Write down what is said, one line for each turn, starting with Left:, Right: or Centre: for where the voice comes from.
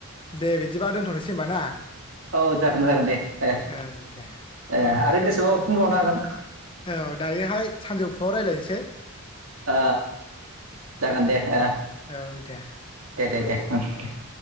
Left: दे बिदि बा दोनथनो सै होनबा ना।
Right: औ जागोन जागोन दे ए
Left: औ दे
Right: ए आरो गोसोबा अर फैबावनो हागोन।
Left: औ दायोहाय सानजौफुआव रायलायनसै।
Right: आ जागोन आ
Left: औ दे
Right: दे दे दे उम उम